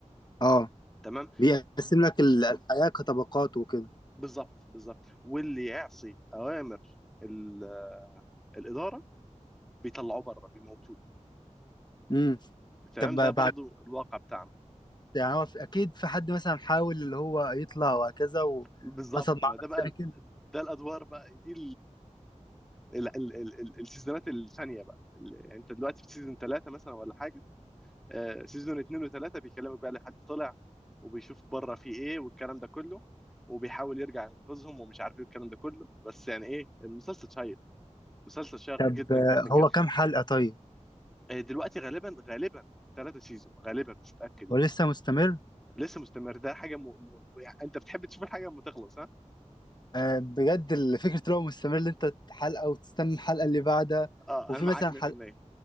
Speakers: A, on the left; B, in the centre.
A: اه
B: تمام
A: بيقسم لك ال- الحياة كطبقات وكده
B: وبالظبط بالظبط واللي يعصي اوامر ال- الاداره بيطلعوه بره بيموتوه
A: امم
B: تمام
A: طب
B: ده
A: ما
B: برضو
A: بعد
B: الواقع بتاعنا
A: يعني هو في- أكيد في حد مثلا حاول اللي هو يطلع وهكذا وحصل
B: بالظبط
A: معاه
B: ما ده بقى
A: مشاكل
B: ده الادوار بقى دي ال- ال- ال- ال- السيزونات الثانيه بقى ال- يعني انت دلوقتي في سيزون ثلاثه مثلا ولا حاجه آه، سيزون اثنين وثلاثه بيكلمك بقى لحد طلع وبيشوف بره في ايه والكلام ده كله وبيحاول يرجع ينقذهم ومش عارف ايه والكلام ده كله بس يعني ايه المسلسل شيق مسلسل شيق
A: طب
B: جدا
A: آه،
B: جدا جدا
A: هو كام حلقة طيب؟
B: آه، دلوقتي غالبا غالبا ثلاثة سيزون غالبا مش متأكد يعني
A: هو لسه مستمر؟
B: لسه مستمر ده حاجة م... م... يعني انت بتحب تشوف الحاجة لما تخلص ها؟
A: آه بجد ال- فكرة اللي هو مستمر اللي أنت حلقة وتستنى الحلقة اللي بعدها
B: اه
A: وفي
B: انا معاك
A: مثلا
B: 100%
A: حلقة